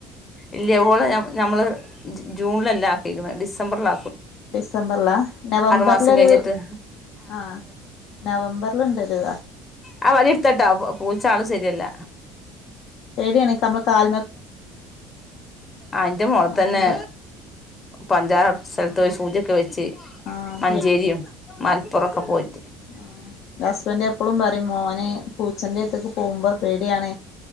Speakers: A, on the left; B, on the left.
A: ഇല്ലയ പോോളെ നഞമ്മള് ജൂണില ല്ല ആക്കിക്കണേ ഡിസംമ്പ സംബർല
B: ഡിസംബറിലാ നവംബറിലൊരു
A: മാസം കഴിഞ്ഞിട്ട്
B: ആ നവംബറൽുണ്ടൊരു
A: ആ വടി ഇർത്തട്ട പൂച്ച ആൾും ശരിയല്ല
B: ടിയണക്കമ്മ കാല
A: അയിന്റെ മോള
B: നഖം
A: തന്നെ
B: ത
A: പഞ്ചറ സ്ഥല ഇ സൂചയൊക്കെ വെച്ച്
B: ആഹ്
A: മഞ്ചേരിയും മലപ്പുറൊക്കെ പോയി
B: ആ ഹസ്ബൻഡ എപ്പഴും പറയും മോനെ പൂച്ചന്റെ അടുത്തക്ക് പോകുമ്പോ പേടിയാണ്